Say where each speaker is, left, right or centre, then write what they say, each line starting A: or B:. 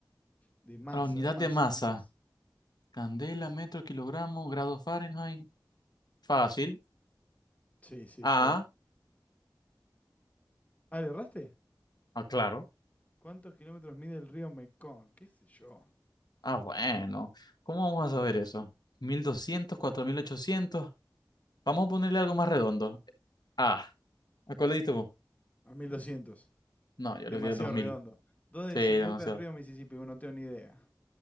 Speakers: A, on the left; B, on the left.
A: De masa,
B: La unidad
A: de masa,
B: de masa.
A: de masa.
B: Candela, metro, kilogramo, grado Fahrenheit. Fácil.
A: Sí, sí,
B: Ah,
A: está bien. Ah, ¿le erraste?
B: ah, claro.
A: ¿Cuántos kilómetros mide el río Mekong? ¿Qué sé yo?
B: Ah, bueno. ¿Cómo vamos a saber eso? Mil doscientos cuatro mil ochocientos. Vamos a ponerle algo más redondo. Ah, ¿a cuál le diste vos?
A: A 1200.
B: No, yo
A: Demasiado
B: le di a dos mil.
A: redondo. ¿Dónde
B: Sí,
A: desemboca
B: demasiado.
A: el río Mississippi? Bueno, no tengo ni idea.